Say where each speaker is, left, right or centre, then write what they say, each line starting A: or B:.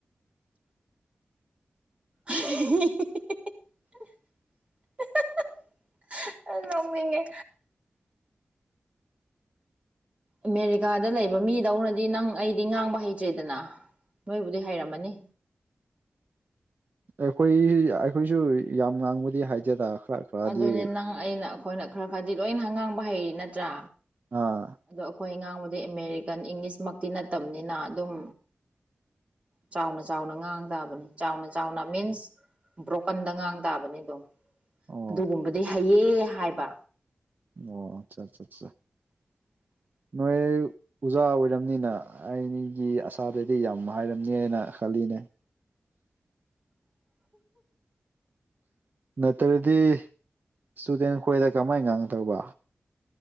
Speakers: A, on the right (about 30°); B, on the right (about 55°).
A: <unintelligible> ꯅꯣꯛꯅꯤꯡꯉꯦ ꯑꯃꯦꯔꯤꯀꯥꯗ ꯂꯩꯕ ꯃꯤꯗꯧꯅꯗꯤ ꯅꯪ ꯑꯩꯗꯤ ꯉꯥꯡꯕ ꯍꯩꯇ꯭ꯔꯦꯗꯅ ꯅꯣꯏꯕꯨꯗꯤ ꯍꯩꯔꯝꯃꯅꯤ
B: ꯑꯩꯈꯣꯏ ꯑꯩꯈꯣꯏꯁꯨ ꯌꯥꯝ ꯉꯥꯡꯕꯗꯤ ꯍꯥꯏꯇꯦꯗ ꯈꯔ ꯈꯔꯗꯤ
A: ꯑꯗꯨꯅꯦ ꯅꯪ ꯑꯩꯅ ꯑꯩꯈꯣꯏꯅ ꯈꯔ ꯈꯔꯗꯤ ꯂꯣꯏꯅ ꯉꯥꯡꯕ ꯍꯩꯔꯤ ꯅꯠꯇ꯭ꯔꯥ
B: ꯑꯥ
A: ꯑꯗꯣ ꯑꯈꯣꯏ ꯉꯥꯡꯕꯗꯤ ꯑꯦꯃꯦꯔꯤꯀꯥꯟ ꯏꯪꯂꯤꯁꯃꯛꯇꯤ ꯅꯠꯇꯕꯅꯤꯅ ꯑꯗꯨꯝ ꯆꯥꯎꯅ ꯆꯥꯎꯅ ꯉꯥꯡ ꯇꯥꯕꯅꯤ ꯆꯥꯎꯅ ꯆꯥꯎꯅ ꯃꯤꯟꯁ ꯕ꯭ꯔꯣꯀꯟꯗ ꯉꯥꯡ ꯇꯥꯕꯅꯤ ꯑꯗꯨꯝ
B: ꯑꯣ
A: ꯑꯗꯨꯒꯨꯝꯕꯗꯤ ꯍꯩꯌꯦ ꯍꯥꯏꯕ
B: ꯑꯣ ꯑꯠꯆꯥ ꯆꯠꯆꯥ
A: <inaudible>
B: ꯅꯣꯏ ꯑꯣꯖꯥ ꯑꯣꯏꯔꯝꯅꯤꯅ ꯑꯩꯒꯤ ꯑꯁꯥꯗꯗꯤ ꯌꯥꯝ ꯍꯥꯏꯔꯝꯅꯦꯅ ꯈꯜꯂꯤꯅꯦ ꯅꯠꯇ꯭ꯔꯗꯤ ꯏꯁꯇꯨꯗꯦꯟ ꯈꯣꯏꯗ ꯀꯃꯥꯏꯅ ꯉꯥꯡꯗꯧꯕ